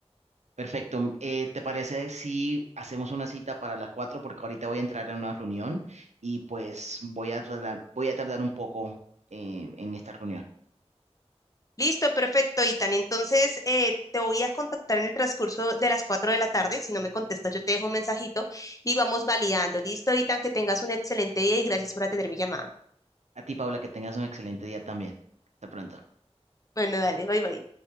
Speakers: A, on the right; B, on the left.
A: Perfecto. mm, Eh, ¿te parece si hacemos una cita para las cuatro? Porque ahorita voy a entrar en una reunión y pues voy a tardar, voy a tardar un poco eh, en esta reunión.
B: Listo, perfecto, Itan. Entonces eh, te voy a contactar en el transcurso de las 4 de la tarde. Si no me contestas, yo te dejo un mensajito y vamos validando. Listo, Itan, que tengas un excelente día y gracias por atender mi llamada.
A: A ti, Paula, que tengas un excelente día también. Hasta pronto.
B: Bueno, dale, bye bye.